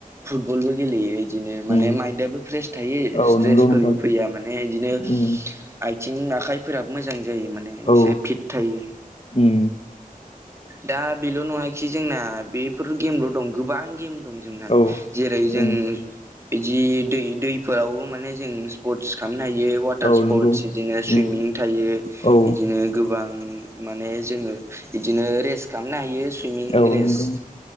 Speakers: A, on the right (about 20°); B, on the left (about 45°).
A: फुटबलबो गेलेयो इदिनो माने
B: उम
A: माइन्दआबो फ्रेस थायो
B: औ
A: स्ट्रेसफोरबो
B: नंगौ नोंथां
A: फैया माने इदिनो आइ
B: उम
A: आथिं आखाइफोराबो मोजां जायो माने एसे
B: औ
A: फिट थायो।
B: उम
A: दा बेल' नङाखि जोंना बेफोर गेमल दं गोबां गेम दं जोंना
B: औ
A: जेरै जों
B: उम
A: बिदि दै दैफोरावबो माने जों स्पर्टस खालामनो हायो। वाटार
B: औ
A: स्पर्टस
B: नंगौ
A: बिदिनो
B: उम
A: सुइमिं थायो
B: औ
A: इदिनो गोबां माने जोङो बिदिनो रेस्ट खालामनो हायो सुइमिं
B: औ
A: रेस्ट
B: नंगौ